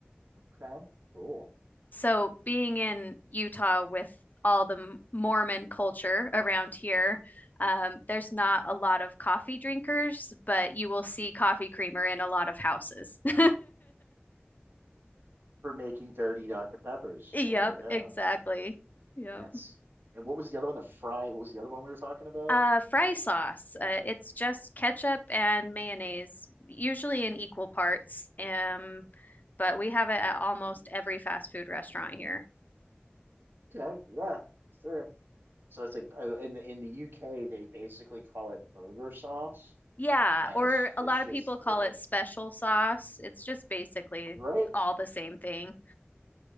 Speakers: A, on the right; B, on the left.
A: Okay, cool.
B: So being in Utah with all the Mormon culture around here, um, there's not a lot of coffee drinkers, but you will see coffee creamer in a lot of houses. <laughs>
A: For making dirty Dr. Peppers
B: Yep,
A: or yeah.
B: exactly. Yep.
A: That's and what was the other one? The fry. What was the other one we were talking about?
B: Uh, fry sauce. Uh, it's just ketchup and mayonnaise, usually in equal parts. Um, but we have it at almost every fast food restaurant here.
A: Okay, yeah, sure. So it's like uh, in the in the UK they basically call it burger sauce,
B: Yeah,
A: and
B: or
A: it's
B: a
A: it's
B: lot
A: just
B: of people call
A: yeah,
B: it special sauce. It's just basically
A: right?
B: all the same thing.